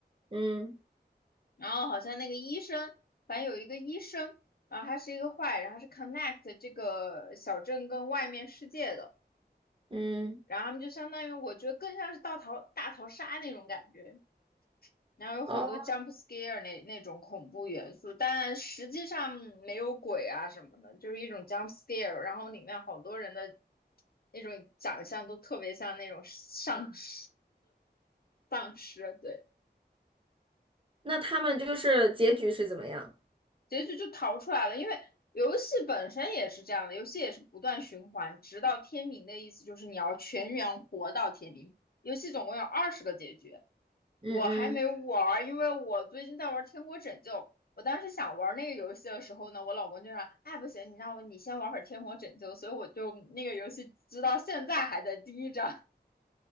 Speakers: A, on the right (about 30°); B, on the left (about 60°).
A: 嗯
B: 然后好像那个医生，反正有一个医生，然后他是一个坏人，他是 connect 这个小镇跟外面世界的，
A: 嗯
B: 然后他们就相当于我觉得更像是大逃大逃杀那种感觉。然后有很多
A: 哦，
B: jump scare 那那种恐怖元素，但实际上没有鬼啊什么的，就是一种 jump scare。然后里面好多人的那种长相都特别像那种丧尸，丧尸，对，
A: 那他们就是结局是怎么样？
B: 结局就逃出来了。因为游戏本身也是这样的，游戏也是不断循环，直到天明的意思就是你要全员活到天明。游戏总共有二十个结局，
A: 嗯嗯，
B: 我还没玩因为我最近在玩《天国拯救》。我当时想玩那个游戏的时候呢，我老公就让，哎，不行，你让我你先玩会儿《天国拯救》，所以我就那个游戏直到现在还在第一章。